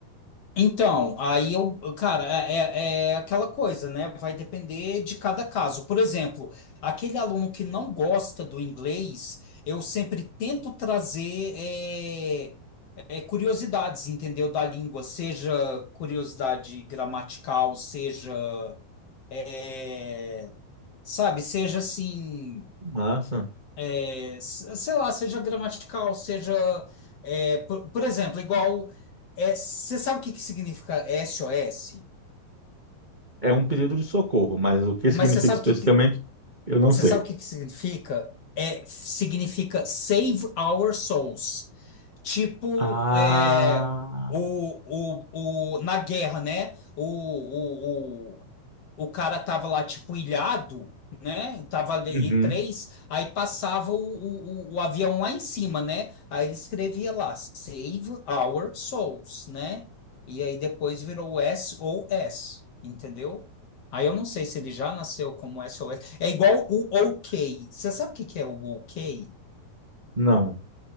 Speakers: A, on the left; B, on the right.
A: então, aí eu, cara, é, é é aquela coisa, né? Vai depender de cada caso. Por exemplo, aquele aluno que não gosta do inglês, eu sempre tento trazer é, é, curiosidades, entendeu? Da língua, seja curiosidade gramatical, seja, é, sabe, seja assim.
B: Massa.
A: é, s- sei lá, seja gramatical, seja, é, por, por exemplo, igual, é, você sabe o que que significa SOS,
B: É um pedido de socorro, mas o que
A: mas
B: significa
A: você sabe
B: especificamente,
A: o que que,
B: eu não
A: você
B: sei.
A: sabe o que que significa? É, significa Save Our Souls. Tipo,
B: Ah,
A: é, o, o, o, na guerra, né? O, o, o cara tava lá, tipo, ilhado, né? Tava ali,
B: Uhum.
A: E3, aí passava o, o, o- o avião lá em cima, né? Aí ele escrevia lá, Save Our Souls, né? E aí depois virou S O S, entendeu? Aí eu não sei se ele já nasceu como S O S. É igual o OK. Você sabe o que que é o OK?
B: Não.